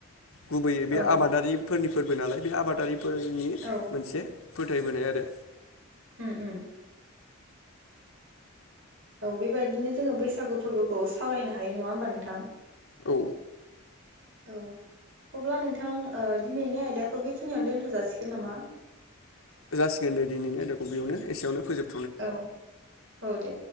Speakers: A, on the left; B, on the right.
A: गुबैयै बे
B: औ
A: आबादारि फोरनि फोरबो नालाय बे आबादारि फोरनि
B: औ
A: मोनसे फोथायबोनाय आरो
B: उम- उम औ बेबायदिनो जोङो बैसागु फोरबोखौ सावरायनो हायो नङा होमबा नोंथां
A: औ
B: औ अब्ला नोंथां ओ दिनैनि आयदाखौ बेखिनियावनो दोनथ' जासिगोन नामा
A: जासिगोन दे दिनैनि आयदाखौ बेयावनो एसेयावनो फोजोब
B: औ औ दे